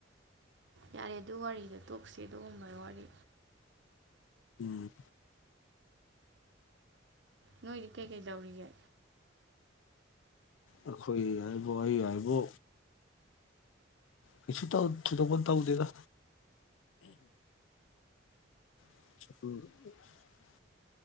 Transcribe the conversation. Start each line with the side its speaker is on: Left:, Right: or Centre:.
Right: ꯌꯥꯔꯦ ꯑꯗꯨ ꯋꯥꯔꯤꯗ ꯇꯣꯛꯁꯤ ꯑꯗꯨꯒꯨꯝꯕꯒꯤ ꯋꯥꯔꯤ
Left: ꯎꯝ
Right: ꯅꯣꯏꯗꯤ ꯀꯩꯀꯩ ꯗꯧꯔꯤꯒꯦ
Left: ꯑꯩꯈꯣꯏ ꯍꯥꯏꯕꯨ ꯑꯩ ꯍꯥꯏꯕꯨ ꯄꯁꯨ ꯇ ꯊꯗꯄ ꯇꯕꯨꯗꯗ <inaudible>